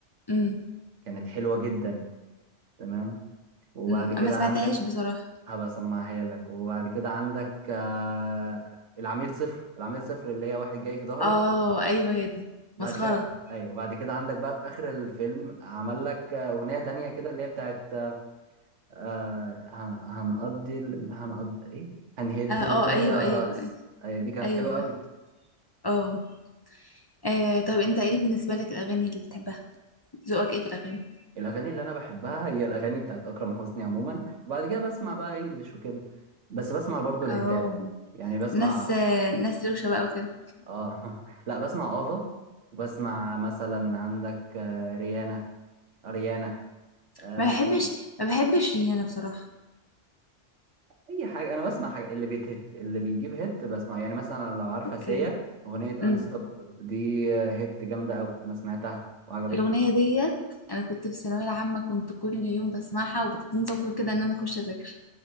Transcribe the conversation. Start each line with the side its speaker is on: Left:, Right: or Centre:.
Left: امم
Right: كانت حلوة جدا تمام وبعد
Left: امم
Right: كده
Left: ما سمعتهاش
Right: عندك
Left: بصراحه
Right: هبقى اسمعها لك وبعد كده عندك آه، العميل صفر العميل صفر اللي هي واحد جاي في ظهرك
Left: اه ايوه هي دي
Right: بعد
Left: مسخره
Right: كده ايوه وبعد كده عندك بقى في اخر الفيلم عمل لك آه، اغنية تانية كده اللي هي بتاعت آه، هن- هنقضي ال- هنقضي ايه هنهد
Left: اه آه،
Right: الدنيا
Left: ايوه ايوه
Right: رأس أيوة دي كانت
Left: ايوه
Right: حلوة قوي
Left: اه آه، طب انت ايه بالنسبه لك الاغاني اللي بتحبها ذوقك ايه في الاغاني
Right: الاغاني اللي انا بحبها هي الاغاني بتاعت اكرم حسني عموما وبعد كده بسمع بقى انجلش وكده بس بسمع برضو الهتات
Left: اه
Right: يعني بسمع
Left: ناس ناس روشه بقى وكده
Right: اه <laughs> لا بسمع افا وبسمع مثلا عندك آه، ريانا اريانا
Left: <laughs>
Right: آه،
Left: ما
Right: ممكن
Left: بحبش ما بحبش ريانة بصراحه
Right: اي حاجه انا بسمع حاجة اللي بيتهت اللي بيجيب هيت بسمع يعني مثلا لو عارفه
Left: اوكي
Right: سيا اغنيه انستوبابل
Left: امم
Right: دي آه، هيت جامده قوي انا سمعتها وعجبتني
Left: الاغنيه ديت انا كنت في الثانويه العامه كنت كل يوم بسمعها وبتديني طاقه كده ان انا اخش اذاكر